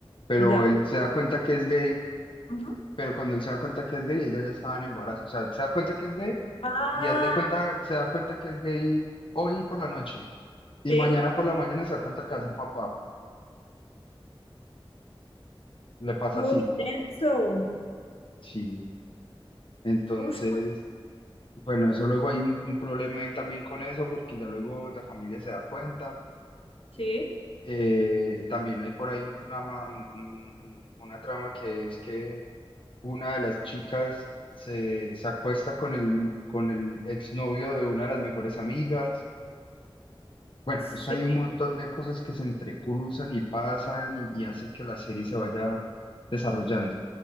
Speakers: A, on the left (about 60°); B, on the left (about 80°).
A: pero
B: Ya.
A: él se da cuenta que es gay,
B: Ujú.
A: pero cuando él se da cuenta que es gay, ella ya estaba en embarazo, o sea, él se da cuenta que es gay
B: Ah,
A: y haz de cuenta, se da cuenta que es gay hoy por la noche y
B: sí.
A: mañana por la mañana se da cuenta que va a ser papá. Le pasa
B: Muy
A: así,
B: denso.
A: sí. Entonces,
B: Ush, muy-
A: bueno, eso luego hay un, un problema ahí también con eso porque ya luego la familia se da cuenta.
B: sí,
A: Eh, también hay por ahí un trama, un- un- un- una trama que es que una de las chicas se, se acuesta con el, con el exnovio de una de las mejores amigas Bueno,
B: sí.
A: eso hay un montón de cosas que se entrecruzan y pasan y, y hace que la serie se vaya desarrollando.